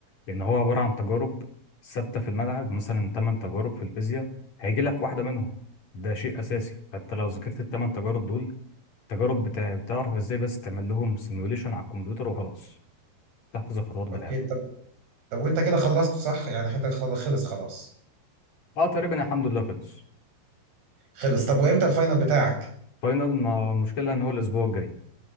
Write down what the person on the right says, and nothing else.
اوكي طب طب وانت كده خلصت صح يعني حدك خل- خلص خلاص
خلص طب وامتى الفاينل بتاعك